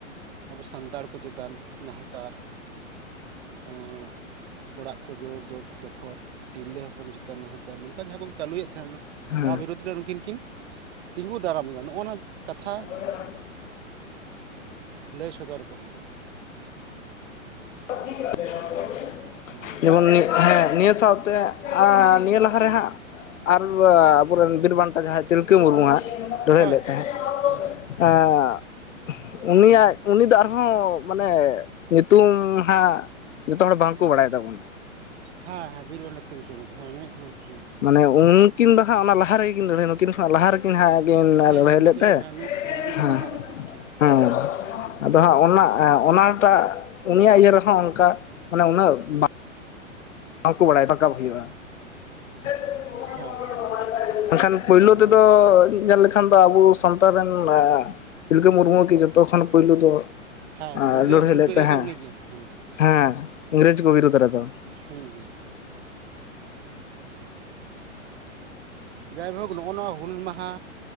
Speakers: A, on the right; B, on the left.
A: ᱟᱵᱚ ᱥᱟᱱᱛᱟᱲ ᱠᱚ ᱪᱮᱛᱟᱱ ᱱᱟᱦᱟᱪᱟᱨ ᱦᱟᱸ ᱚᱲᱟᱜ ᱠᱚ ᱡᱳᱨ <unintelligible> ᱛᱤᱨᱞᱟᱹ ᱦᱚᱯᱚᱱ ᱪᱮᱛᱟᱱ ᱱᱟᱦᱟᱪᱟᱨ ᱱᱚᱝᱠᱟ ᱡᱟᱸᱦᱟ ᱠᱚ ᱪᱟᱹᱞᱩᱭᱮᱫ ᱛᱟᱦᱮᱱᱟ
B: ᱦᱮᱸ
A: ᱱᱚᱣᱟ ᱵᱤᱨᱩᱫᱽ ᱨᱮ ᱩᱱᱠᱤᱱ ᱠᱤᱱ ᱛᱤᱸᱜᱩ ᱫᱟᱨᱟᱢ ᱞᱮᱱᱟ ᱱᱚᱜᱚᱱᱚᱣᱟ ᱠᱟᱛᱷᱟ,
B: <unintelligible>
A: ᱞᱟᱹᱭ ᱥᱚᱫᱚᱨ ᱟᱠᱚ ᱦᱳᱭᱳᱜᱼᱟ᱾
B: <unintelligible>
A: <inaudible>
B: ᱦᱟᱹ ᱦᱮᱸ <unintelligible> ᱱᱤᱭᱟᱹ ᱥᱟᱶᱛᱮ ᱟ. ᱱᱤᱭᱟᱹ ᱞᱟᱦᱟ ᱨᱮ ᱦᱟᱸᱜ ᱟᱨ ᱟᱵᱚᱨᱮᱱ ᱵᱤᱨ ᱵᱟᱱᱴᱟ ᱡᱟᱦᱟᱸᱭ ᱛᱤᱞᱠᱟᱹ ᱢᱩᱨᱢᱩᱦᱟᱜ ᱞᱟᱹᱲᱦᱟᱹᱭ
A: ᱦᱳᱭ
B: ᱞᱮᱫ ᱛᱟᱦᱮᱸᱫ᱾
A: ᱦᱮᱸ
B: <unintelligible>
A: ᱦᱮᱸ
B: ᱩᱱᱤᱭᱟᱜ ᱩᱱᱤ ᱫᱚ ᱟᱨᱦᱚᱸ ᱢᱟᱱᱮ ᱧᱩᱛᱩᱢ ᱦᱟᱸᱜ, ᱡᱷᱚᱛᱚ ᱦᱚᱲ ᱵᱟᱝᱠᱚ ᱵᱟᱲᱟᱭ ᱛᱟᱵᱚᱱᱟ᱾
A: ᱦᱮᱸ ᱦᱮᱸ ᱵᱤᱨᱵᱟᱱᱴᱟ ᱛᱤᱞᱠᱟᱹ ᱢᱟᱹᱡᱷᱤ ᱦᱮᱸ ᱢᱮᱜᱦᱩᱜᱭ ᱦᱩ
B: ᱢᱟᱱᱮ ᱩᱱᱠᱤᱱ ᱫᱚ ᱦᱟᱸᱜ ᱚᱱᱟᱞᱟᱦᱟ ᱨᱮᱜᱮ ᱠᱤᱱ ᱞᱟᱹᱲᱦᱟᱹᱭ ᱱᱩᱠᱤᱱ ᱠᱷᱚᱱᱟᱜ ᱞᱟᱦᱟ ᱨᱮᱠᱤᱱ ᱦᱟᱸᱜ ᱠᱤᱱ ᱞᱟᱹᱲᱦᱟᱹᱭ
A: ᱦᱮᱸ ᱩᱱᱤ
B: ᱞᱮᱫ
A: ᱫᱚ
B: ᱛᱟᱦᱮᱸᱫ
A: ᱦᱮᱸ ᱩᱱᱤ ᱠᱷᱚᱱ
B: ᱦᱮᱸ᱾
A: ᱞᱟᱦᱟᱨᱮ ᱴᱷᱤᱠ
B: ᱦᱮᱸ ᱟᱫᱚ ᱦᱟᱸᱜ ᱚᱱᱟ ᱚᱱᱟᱴᱟᱜ ᱩᱱᱤᱭᱟᱜ ᱤᱭᱟᱹ ᱨᱮᱦᱚᱸ ᱚᱱᱠᱟ ᱢᱟᱱᱮ ᱩᱱᱟᱹᱜ ᱵᱟᱝ ᱵᱟᱠᱚ ᱵᱟᱲᱟᱭᱟᱠᱟ <unintelligible> ᱦᱩᱭᱩᱜᱼᱟ᱾ <unintelligible>
A: ᱦᱳᱭ ᱦᱳᱭ
B: ᱮᱠᱷᱟᱱ ᱯᱳᱭᱞᱳ
A: ᱱᱚᱣᱟ
B: ᱛᱮᱫᱚ ᱧᱮᱞᱮ ᱠᱷᱟᱱ ᱫᱚ ᱟᱵᱚ ᱥᱟᱱᱛᱟᱲ ᱨᱮᱱ ᱛᱤᱞᱠᱟᱹ ᱢᱩᱨᱢᱩ ᱠᱤ ᱡᱷᱚᱛᱚ ᱠᱷᱚᱱ ᱯᱳᱭᱞᱳ ᱫᱚ
A: ᱦᱮᱸ
B: ᱟᱸ
A: ᱯᱳᱭᱞᱳ
B: ᱞᱟᱹᱲᱦᱟᱹᱭ
A: ᱦᱩᱞ
B: ᱞᱮᱫ
A: ᱜᱟᱹᱨᱭᱟᱹ
B: ᱛᱟᱦᱮᱸᱫ
A: ᱫᱚ ᱩᱱᱤᱜᱮ ᱦᱮᱸ ᱦᱮᱸ ᱦᱩᱸ
B: ᱦᱮᱸ ᱤᱝᱨᱮᱡᱽ ᱠᱚ ᱵᱤᱨᱩᱫᱷ ᱨᱮᱫᱚ
A: ᱦᱮᱸ ᱦᱮᱸ ᱦᱮᱸ ᱡᱟᱭᱦᱳᱠ ᱱᱚᱜᱼᱚ ᱱᱚᱣᱟ ᱦᱩᱞ ᱢᱟᱦᱟ